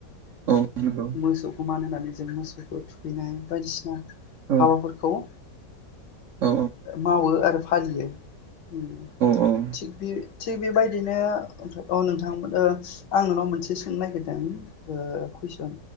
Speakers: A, on the right; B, on the left.
A: औ नंगौ
B: मोसौ मानो मानि जों मोसौखौ थुखैनाय बायदिसिना
A: औ
B: हाबाफोरखौ ओ
A: औ
B: मावो आरो फालियो उम
A: औ
B: थिग बे थे बेबायदिनो ओमफ्राय औ नोंथांमोन ओ आं नोंनाव मोनसे सोंनो नागिरदों ओ कुइसन